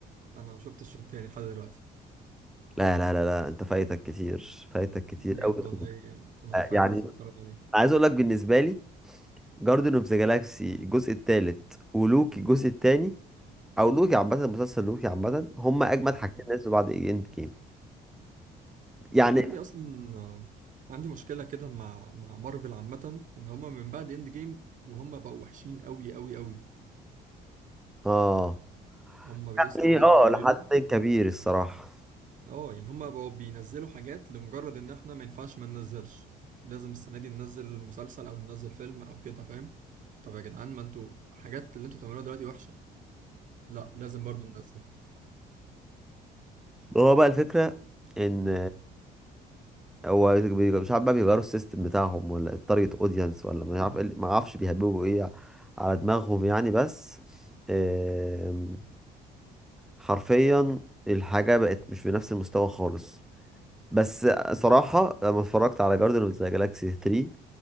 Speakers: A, on the right (about 50°); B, in the centre.
A: انا ما شفتش التاني لحد دلوقتي
B: لا لا لا لا أنت فايتك كتير فايتك كتير
A: بجد
B: أوي
A: والله يعني انا
B: آه،
A: فعلا
B: يعني
A: لازم اتفرج عليه
B: عايز أقول لك بالنسبة لي جاردن اوف ذا جالاكسي الجزء التالت ولوكي الجزء التاني أو لوكي عامة مسلسل لوكي عامة هما أجمد حاجتين
A: مم.
B: نزلوا بعد إند جيم يعني
A: انا عندي اصلا آه، عندي مشكله كده مع مع مارفل عامه ان هم من بعد اند جيم وهم بقوا وحشين قوي قوي قوي
B: اه
A: هم بيسطا
B: يعني
A: بقوا
B: اه
A: بيعملوا
B: لحد كبير الصراحة
A: اه يعني هم بقوا بينزلوا حاجات لمجرد ان احنا ما ينفعش ما ننزلش لازم السنه دي ننزل مسلسل او ننزل فيلم او كده فاهم طب يا جدعان ما انتوا حاجات اللي انتوا بتعملوها دلوقتي وحشه لا لازم برضو ننزل
B: هو بقى الفكرة إن هو بي- مش عارف بقى بيغيروا السيستم بتاعهم ولا التارجت اودينس ولا مش عارف إيه اللي- ما اعرفش بيهببوا ايه على دماغهم يعني بس آم، حرفيا الحاجة بقت مش بنفس المستوى خالص بس صراحة لما اتفرجت على جاردن اوف ذا جالاكسي 3